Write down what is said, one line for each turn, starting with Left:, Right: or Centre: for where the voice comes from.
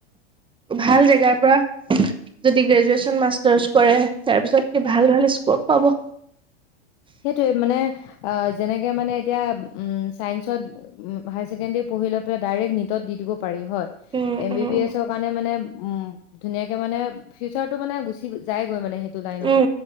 Right: ভাল জেগাৰ পৰা যদি গ্ৰেজুৱেচন মাষ্টাৰ্চ কৰে। তাৰ পিছত কি ভাল ভাল স্কপ পাব।
Left: সেইটোয়ে মানে, অ', যেনেকৈ মানে এতিয়া ছাইন্সত হায়াৰ ছেকেণ্ডেৰী পঢ়ি লৈ পেলাই ডাইৰেক্ট নীটত দি দিব পাৰি হ'
Right: উম
Left: এম
Right: উম উম
Left: বি এছ ৰ কাৰনে মানে উম, ধুনীয়াকে মানে ফিউচাৰটো মানে গুচি যাইগৈ মানে সেইটো লাইনতে
Right: উম